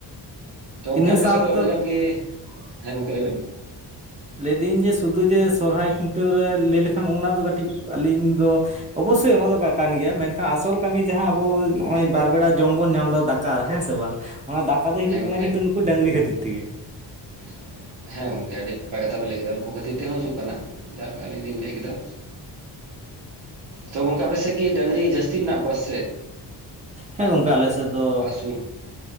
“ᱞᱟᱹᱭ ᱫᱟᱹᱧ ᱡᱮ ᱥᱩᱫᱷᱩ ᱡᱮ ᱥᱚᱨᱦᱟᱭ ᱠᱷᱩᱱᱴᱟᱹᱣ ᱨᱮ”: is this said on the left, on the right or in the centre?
Right